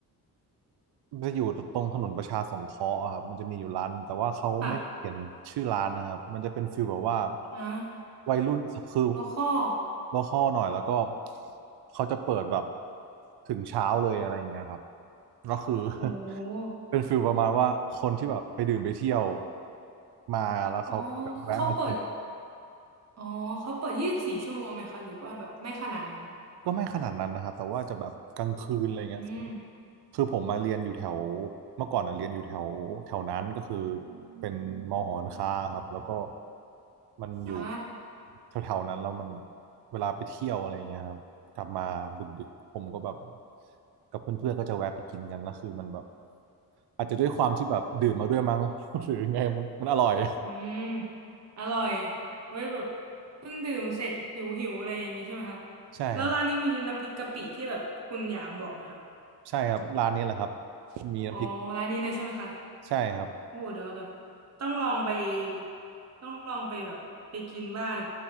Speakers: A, on the right; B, on the right.
A: มันจะอยู่ตรงถนนประชาสงเคราะห์อะครับมันจะมีอยู่ร้านแต่ว่าเขาไม่เขียนชื่อร้านนะครับมันจะเป็นฟีลแบบว่า
B: ค่ะอ่า
A: วัยรุ่นคือ
B: โลคอล
A: โลคอลหน่อยแล้วก็เขาจะเปิดแบบถึงเช้าเลยอะไรอย่างเงี้ยครับก็คือ <laughs>
B: โห
A: เป็นฟีลประมาณว่าคนที่แบบไปดื่มไปเที่ยวมาแล้วเขาก็จะแวะมากิน
B: อ๋อคือเขาเปิดอ๋อเขาเปิดยี่สิบสี่ชั่วโมงไหมคะหรือว่าแบบไม่ขนาดนั้น
A: ก็ไม่ขนาดนั้นนะครับแต่ว่าจะแบบกลางคืนอะไรเงี้ย
B: อืม
A: คือผมมาเรียนอยู่แถวเมื่อก่อนอ่ะเรียนอยู่แถวแถวนั้นก็คือเป็นมอหอนค้าครับแล้วก็มันอยู่
B: อ่า
A: แถวๆนั้นแล้วมันเวลาไปเที่ยวอะไรเงี้ยครับกลับมาดึกๆผมก็แบบกับเพื่อนๆก็จะแวะไปกินกันแล้วคือมันแบบอาจจะด้วยความที่แบบดื่มมาด้วยมั้ง <laughs> หรือไงมันมันอร่อยอะ
B: อืมอร่อยเว้ยแบบเพิ่งดื่มเสร็จหิวหิวอะไรอย่างงี้ใช่ไหมคะ
A: ใช่ครับ
B: แล้วร้านนี้มีน้ำพริกกะปิที่แบบคุณหยางบอกไหมคะ
A: ใช่ครับร้านนี้แหละครับมีน้ำพริก
B: อ๋อร้านนี้เลยใช่ไหมคะ
A: ใช่ครับ
B: โอ้โหเดี๋ยวเดี๋ยวต้องลองไปต้องลองไปแบบไปกินบ้าง